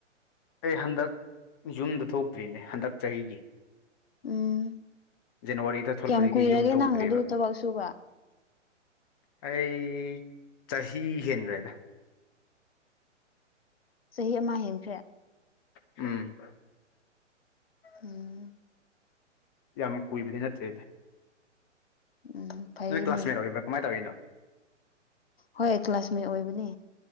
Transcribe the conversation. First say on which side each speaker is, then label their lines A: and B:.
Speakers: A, on the left (about 20°); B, on the left (about 50°).
A: ꯑꯩ ꯍꯟꯗꯛ ꯌꯨꯝꯗ ꯊꯣꯛꯇ꯭ꯔꯤꯅꯦ ꯍꯟꯗꯛ ꯆꯍꯤꯒꯤ
B: ꯎꯝ
A: ꯖꯅꯋꯥꯔꯤꯗ ꯊꯣꯛꯂꯛꯄꯗꯒꯤ
B: ꯀꯌꯥꯝ ꯀꯨꯏꯔꯒꯦ
A: ꯌꯨꯝ ꯊꯣꯛꯇ꯭ꯔꯤꯕ
B: ꯅꯪ ꯑꯗꯨ ꯊꯕꯛ ꯁꯨꯕ
A: ꯑꯩ ꯆꯍꯤ ꯍꯦꯟꯈ꯭ꯔꯦꯗ
B: ꯆꯍꯤ ꯑꯃ ꯍꯦꯟ
A: ꯎꯝ
B: ꯎꯝ
A: ꯌꯥꯝ ꯀꯨꯏꯕꯗꯤ ꯅꯠꯇ꯭ꯔꯦꯗꯤ
B: ꯎꯝ ꯐꯩꯅꯦ
A: ꯅꯣꯏ ꯀ꯭ꯂꯥꯁꯃꯦꯠ ꯑꯣꯏꯕꯥ ꯀꯃꯥꯏ ꯇꯧꯔꯤꯅꯣ
B: ꯍꯣꯏ ꯀ꯭ꯂꯥꯁꯃꯦꯠ ꯑꯣꯏꯕꯅꯦ